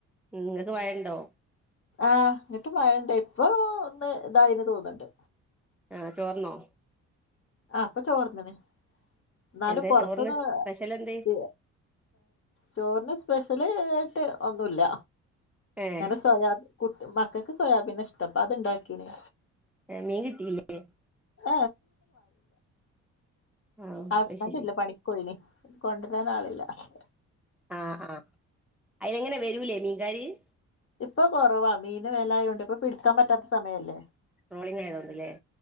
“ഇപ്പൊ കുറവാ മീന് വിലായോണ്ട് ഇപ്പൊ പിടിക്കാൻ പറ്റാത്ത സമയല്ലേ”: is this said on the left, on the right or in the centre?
Left